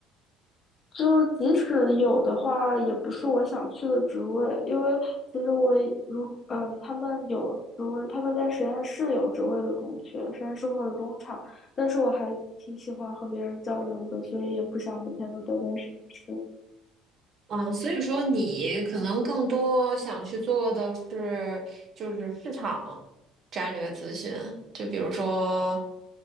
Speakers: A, on the left; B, on the right.
A: 就是即使有的话，也不是我想去的职位，因为其实我如嗯，他们有职位，他们在实验室有职位的空缺，实验室或者工厂，但是我还挺喜欢和别人交流的，所以也不想每天都待在实验室。
B: 嗯，所以说你可能更多想去做的是，就是市场战略咨询，就比如说，